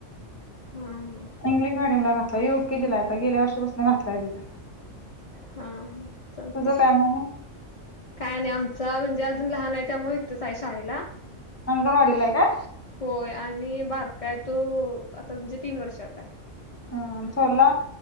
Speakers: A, on the left (about 70°); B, on the left (about 15°).
A: हा
B: इंग्लिश मीडियम ला का योग के जीलायता गेल्या वर्षापासून घातलायिथं.
A: हा हा चालते.
B: तुझं काय मग आणि
A: काय नाही आमच म्हणजे अजून लहान आहे त्यामुळे इतच आहे शाळेला.
B: अंगणवाडीलाय का.
A: होय आणि बारकाय तो आता म्हणजे तीन वर्षाचा आहे.
B: हम थोला.